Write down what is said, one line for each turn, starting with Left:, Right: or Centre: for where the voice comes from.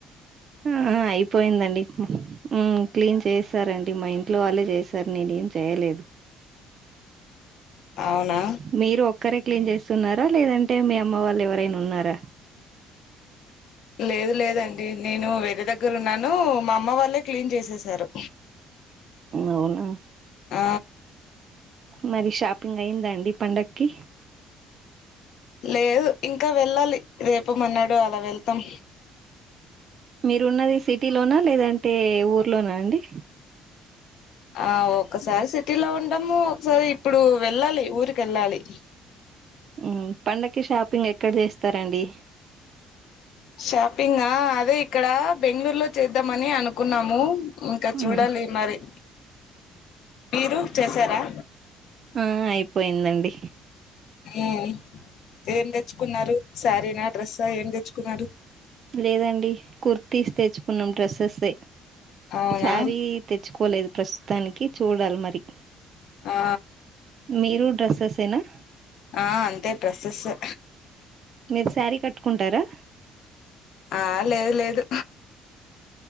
Right: ఆ అయిపోయిందండి ఉమ్ క్లీన్ చేస్ సారండి మా ఇంట్లో వాళ్ళే చేసారు నేను ఏం చేయలేదు
Left: అవునా
Right: మీరు ఒక్కరే క్లీన్ చేస్తున్నారా లేదంటే మీ అమ్మ వాళ్ళు ఎవర రైనా ఉన్నార
Left: లేదు లేదండి నేను వేరే దగ్గర ఉన్నాను మా అమ్మ వాళ్ళే క్లీన్ చేసెసారు
Right: అవున
Left: ఆ
Right: మరి షాపింగ్ అయిదండి పండక్కి
Left: లేదు ఇంకా వెళ్ళాలి రేపు మన్నాడు అలా వెళ్తాం
Right: మీరు ఉన్నది సిటీలోనా లేదంటే ఊర్లోనా అండి
Left: ఆ ఒక్కసారి సిటీలో ఉంటము ఒకసారి ఇప్పుడు వెళ్ళాలి ఊరికెళ్ళాలి
Right: ఉమ్ పండక్కి షాపింగ్ ఎక్కడ చేస్తారండి
Left: షాపింగా అదే ఇక్కడ బెంగళూరులో చేద్దామని అనుకున్నాము. ఇంకా
Right: ఉమ్
Left: చూడాలి మరి, మీరు చేసారా
Right: ఆ అయిపోయిందండి
Left: ఉమ్ ఏం తెచ్చుకున్నారు శారీనా డ్రెస్స ఏం తెచ్చుకున్నారు
Right: లేదండి కుర్తీస్ తెచ్చుకున్నాం డ్రెస్సెస్సే
Left: అవునా
Right: సారీ తెచ్చుకోలేదు ప్రస్తుతానికి చూడాలి మరి
Left: ఆ
Right: మీరు డ్రెస్సెసేనా
Left: ఆ అంతే డ్రెస్సెస్సే
Right: మీరు శారీ కట్టుకుంటారా
Left: ఆ లేదు లేదు